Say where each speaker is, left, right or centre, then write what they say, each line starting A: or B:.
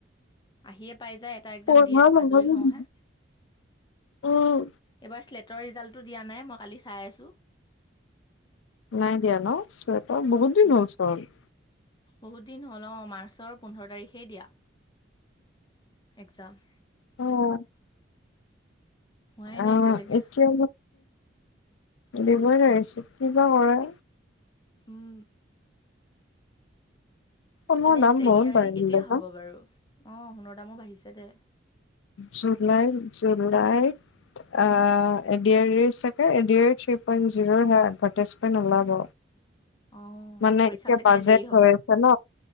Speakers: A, on the left; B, on the left.
A: আহিয়ে পাই যায়, এটা একজাম
B: পোন্ধৰ
A: দিয়ে
B: নম্বৰটো
A: আজৰি হওঁহে।
B: দি উম
A: এইবাৰ শ্লেট ৰিজাল্টটো দিয়া নাই, মই কালি চাই আছো।
B: নাই দিয়া ন চুৱেটাৰ? বহুত দিন
A: উহু
B: হ'ল চল।
A: বহুত দিন হ'ল, অ' মাৰ্চৰ পোন্ধৰ তাৰিখেই দিয়া একজাম।
B: অ'।
A: হোৱাই নাই
B: অ'
A: এতিয়ালৈকে
B: এতিয়া দিবই নোৱাৰিছোঁ। কিবা কৰে?
A: উম।
B: সোণৰ
A: নেক্সট
B: দাম
A: এডি
B: বহুত
A: আৰি
B: বাঢ়িলে
A: কেতিয়া হ'ব
B: ন
A: বাৰু অ সোণৰ দামো বাঢ়িছে দে
B: জুলাই, জুলাই। আ এ-ডি-আৰ-ইৰ চাগে। এ-ডি-আৰ-ই থ্ৰী পইন জিৰ'ৰ সেইয়া এটভেটাইজমেন ওলাব।
A: অ',
B: মানে
A: পৰীক্ষা
B: এতিয়া
A: চাগে
B: বাজেট
A: দেৰি হ'ব।
B: হৈ আছে ন?